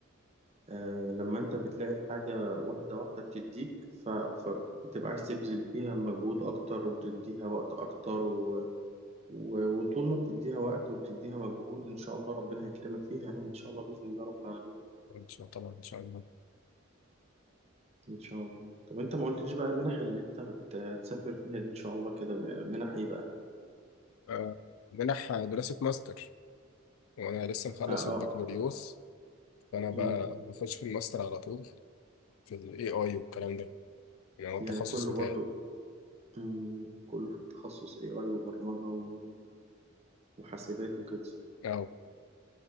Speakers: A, on the right; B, on the left.
A: آه لما أنت بتلاقي الحاجة واحدة واحدة بتديك ف... فبتبقى عايز تبذل فيها مجهود أكتر وتديها وقت أكتر و... و... وطول ما بتديها وقت وبتديها مجهود إن شاء الله ربنا هيكرمك فيها يعني إن شاء الله بإذن الله رب العالمين
B: إن شاء الله طبعا إن شاء الله
A: إن شاء الله طب أنت ما قلتليش بقى المنح اللي أنت بت- هتسافر فيها دي إن شاء الله كده منح إيه بقى؟
B: آه، منح دراسة ماستر وانا لسه مخلص
A: أه
B: البكالوريوس فانا بقى
A: أه
B: بخش في الماستر على طول في الاي اي والكلام ده يعني هو التخصص
A: يعني كله
B: بتاعي
A: برضو مم، كله في التخصص AI وبرمجة و- وحاسبات وكده
B: اهو